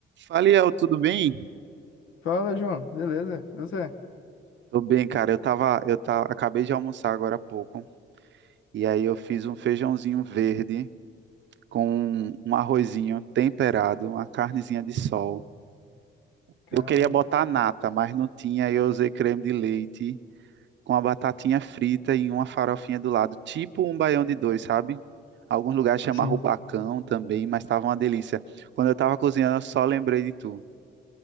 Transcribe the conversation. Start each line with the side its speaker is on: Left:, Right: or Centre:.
Right: Fala, Iel, tudo bem?
Left: Fala, João. Beleza? E você?
Right: Tô bem, cara. Eu tava, eu tava, acabei de almoçar agora há pouco. E aí eu fiz um feijãozinho verde com um arrozinho temperado, uma carnezinha de sol.
Left: Caramba.
Right: Eu queria botar nata, mas não tinha. aí Eu usei creme de leite com a batatinha frita e uma farofinha do lado, tipo um baião de dois, sabe? Alguns lugares chamam
Left: Sim.
Right: rubacão também, mas tava uma delícia. Quando eu tava cozinhando, eu só lembrei de tu.